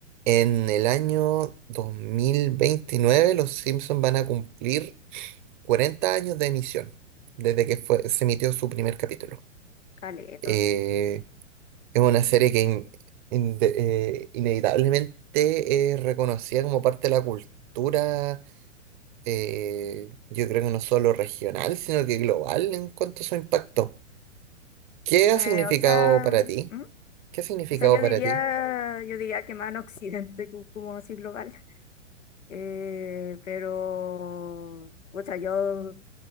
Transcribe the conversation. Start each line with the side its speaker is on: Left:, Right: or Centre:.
Right: En el año 2029 los Simpsons van a cumplir 40 años de emisión, desde que fue- se emitió su primer capítulo.
Left: Caleta.
Right: Eh, es una serie que in- in- de- eh, inevitablemente es reconocida como parte de la cultura, eh, yo creo que no solo regional, sino que global en cuanto a su impacto. ¿Qué ha
Left: Eh,
Right: significado
Left: o sea,
Right: para ti?
Left: ¿mm?
Right: ¿Qué ha significado
Left: O sea, yo
Right: para
Left: diría,
Right: ti?
Left: yo diría que más en Occidente, co- como así global. Eh, pero, o sea, yo